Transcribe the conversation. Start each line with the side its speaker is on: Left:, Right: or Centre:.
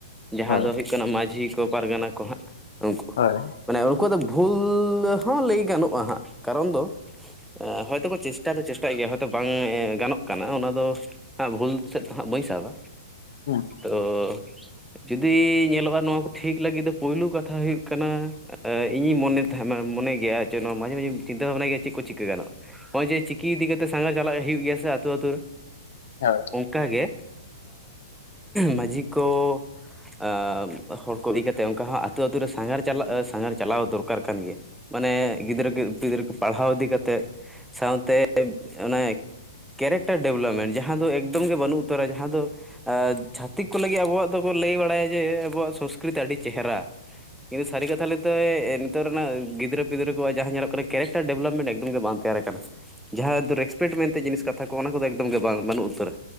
Centre: ᱡᱟᱦᱟᱸ
Left: ᱦᱳᱭ
Centre: ᱫᱚ ᱦᱩᱭᱩᱜ ᱠᱟᱱᱟ ᱢᱟᱹᱡᱷᱤ ᱠᱚ ᱯᱟᱨᱜᱟᱱᱟ ᱠᱚ ᱦᱟᱸᱜ ᱩᱱᱠᱩ
Left: ᱦᱳᱭ
Centre: ᱢᱟᱱᱮ ᱩᱱᱠᱩᱣᱟᱜ ᱫᱚ ᱵᱷᱩᱞ ᱦᱚᱸ ᱞᱟᱹᱭ ᱜᱟᱱᱚᱜᱼᱟ ᱦᱟᱸᱜ ᱠᱟᱨᱚᱱ ᱫᱚ ᱦᱚᱳᱭᱛᱚ ᱠᱚ ᱪᱮᱥᱴᱟ ᱫᱚ ᱪᱮᱥᱴᱟᱭᱮᱫ ᱜᱮᱭᱟ ᱦᱭᱛᱳ ᱵᱟᱝ ᱜᱟᱱᱚᱜ ᱠᱟᱱᱟ ᱚᱱᱟ ᱫᱚ ᱦᱟᱜ ᱵᱷᱩᱞ ᱥᱮᱫ ᱫᱚ ᱦᱟᱜ ᱵᱟᱹᱧ ᱥᱟᱵᱟ᱾
Left: ᱦᱮᱸ
Centre: ᱛᱚ ᱡᱩᱫᱤ ᱧᱮᱞᱚᱜᱼᱟ ᱱᱚᱣᱟ ᱠᱚ ᱴᱷᱤᱠ ᱞᱟᱹᱜᱤᱫ ᱫᱚ ᱯᱳᱭᱞᱩ ᱠᱟᱛᱷᱟ ᱦᱩᱭᱩᱜ ᱠᱟᱱᱟ ᱤᱧᱤᱧ ᱢᱚᱱᱮ ᱦᱮᱸ ᱢᱟ ᱢᱚᱱᱮ ᱜᱮᱭᱟ ᱱᱚᱣᱟ ᱢᱟᱡᱮ ᱢᱟᱡᱮ ᱪᱤᱱᱛᱟᱹ ᱵᱷᱟᱱᱟ ᱜᱮᱭᱟ ᱪᱮᱫ ᱪᱤᱠᱟᱹ ᱜᱟᱱᱼᱟ ᱱᱚᱜᱼᱚᱭ ᱡᱮ ᱪᱤᱠᱤ ᱤᱫᱤ ᱠᱟᱛᱮᱜ ᱥᱟᱸᱜᱷᱟᱨ ᱪᱟᱞᱟᱜ ᱦᱩᱭᱩᱜ ᱜᱮᱭᱟ ᱥᱮ ᱟᱹᱛᱩ ᱟᱹᱛᱩ?
Left: ᱦᱳᱭ
Centre: ᱚᱱᱠᱟᱜᱮ ᱢᱟᱡᱷᱤ ᱠᱚ ᱮ ᱦᱚᱲ ᱠᱚ ᱤᱫᱤ ᱠᱟᱛᱮᱫ ᱚᱱᱠᱟ ᱦᱚᱸ ᱟᱹᱛᱩ ᱟᱹᱛᱩ ᱨᱮ ᱥᱟᱸᱜᱷᱟᱨ ᱪᱟᱞᱟᱜ ᱥᱟᱸᱜᱷᱟᱨ ᱪᱟᱞᱟᱣ ᱫᱚᱨᱠᱟᱨ ᱠᱟᱱ ᱜᱮᱭᱟ ᱢᱟᱱᱮ ᱜᱤᱫᱽᱨ ᱯᱤᱫᱽᱨᱟᱹ ᱠᱚ ᱯᱟᱲᱦᱟᱣ ᱤᱫᱤ ᱠᱟᱛᱮᱫ ᱥᱟᱶᱛᱮ ᱚᱱᱮ ᱠᱮᱨᱮᱠᱴᱟᱨ ᱰᱮᱵᱷᱞᱚᱯᱢᱮᱱᱴ ᱡᱟᱦᱟᱸ ᱫᱚ ᱮᱠᱫᱚᱢ ᱜᱮ ᱵᱟᱹᱱᱩᱜ ᱩᱛᱟᱹᱨᱟ ᱡᱟᱦᱟᱸ ᱫᱚ ᱮᱫ ᱪᱷᱟᱹᱛᱤᱠ ᱠᱚ ᱞᱟᱹᱜᱤᱫ ᱟᱵᱚᱣᱟᱜ ᱫᱚᱠᱚ ᱞᱟᱹᱭ ᱵᱟᱲᱟᱭᱟ ᱡᱮ ᱟᱵᱚᱣᱟᱜ ᱥᱚᱝᱥᱠᱨᱤᱛᱤ ᱟᱹᱰᱤ ᱪᱮᱦᱨᱟ ᱠᱤᱱᱛᱩ ᱥᱟᱹᱨᱤ ᱠᱟᱛᱷᱟ ᱞᱟᱹᱭᱛᱮ ᱱᱤᱛᱚᱜ ᱨᱮᱱᱟᱜ ᱜᱤᱫᱽᱨᱟᱹ ᱯᱤᱫᱽᱨᱟᱹ ᱠᱚᱣᱟᱜ ᱡᱟᱦᱟᱸ ᱧᱮᱞ ᱠᱟᱱᱟ ᱠᱮᱨᱮᱠᱴᱟᱨ ᱰᱮᱵᱷᱞᱯᱢᱮᱱᱴ ᱮᱠᱫᱚᱢ ᱜᱮ ᱵᱟᱝ ᱛᱮᱭᱟᱨ ᱨᱟᱠᱟᱵ ᱡᱟᱦᱟᱸ ᱟᱛᱩ ᱨᱮᱥᱯᱮᱠᱴ ᱢᱮᱱᱛᱮ ᱡᱤᱱᱤᱥ ᱠᱟᱛ ᱛᱟᱠᱩ ᱚᱱᱟ ᱠᱚᱫᱚ ᱮᱠᱫᱚᱢ ᱜᱮ ᱵᱟᱝ ᱵᱟᱹᱱᱩᱜ ᱩᱛᱟᱹᱨᱟ